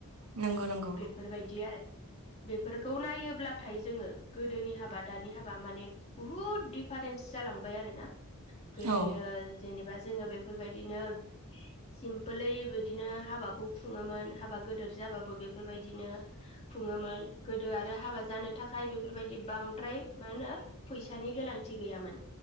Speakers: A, on the right (about 80°); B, on the left (about 30°).
A: नंगौ नंगौ
B: बेफोरबायदि आरो बेफोरखौ नायोब्ला। थाय जोङो गोदोनि हाबा दानि हाब बा माने बुहुत दिफारेन्स जालांबाय आरोना। गोदोयो
A: औ
B: जेनेबा जोङो बेफोरबायदिनो सिमपोलै बिदिनो हाबाखौ खुङोमोन हाबा गोदोर जाबाबो बे बोबायदिनो खुङोमोन गोदो आरो हाबा जानो थाखाय बेफोरबायदि बांद्राय मा होनो फैसानि गोनांथि गैयामोन।